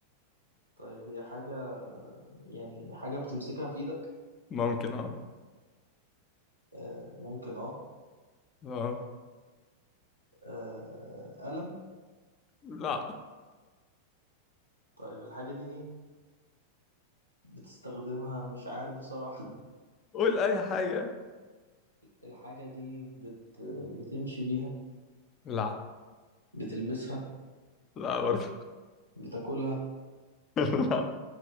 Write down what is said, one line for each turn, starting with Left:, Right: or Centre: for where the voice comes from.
Right: طيب هي حاجة يعني حاجة بتمسكها في ايدك
Left: ممكن اه
Right: آه ممكن اه
Left: اه
Right: آه، قلم
Left: لا
Right: طيب الحاجة دي بتستخدمها مش عارف بصراحة
Left: قول اي حاجة
Right: الحاجة دي بت... بتمشي بيها
Left: لا
Right: بتلبسها
Left: لا برضه
Right: بتاكلها
Left: <laughs> لا